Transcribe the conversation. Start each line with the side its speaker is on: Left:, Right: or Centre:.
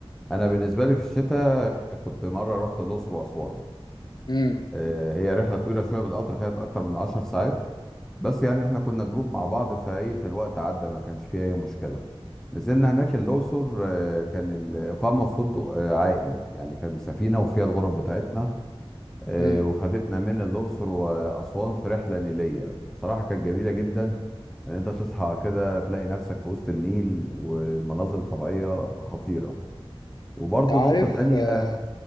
Centre: انا بالنسبه لي في الشتاء كنت مره رحت الاقصر واسوان
Left: امم
Centre: آه، هي رحله طويله شويه بالقطر خدت اكتر من 10 ساعات بس يعني احنا كنا جروب مع بعض فايه فالوقت عدى ما كانش فيه اي مشكله نزلنا هناك الاقصر آه، كان الاقامه في فندق آه، عائم يعني كان سفينه وفيها الغرف بتاعتنا آه،
Left: امم
Centre: وخدتنا من الاقصر واسوان في رحله نيليه بصراحه كانت جميله جدا ان انت تصحى كده تلاقي نفسك في وسط النيل والمناظر الطبيعيه خطيره وبرضه
Left: انت عارف
Centre: نقطه تانية
Left: آه،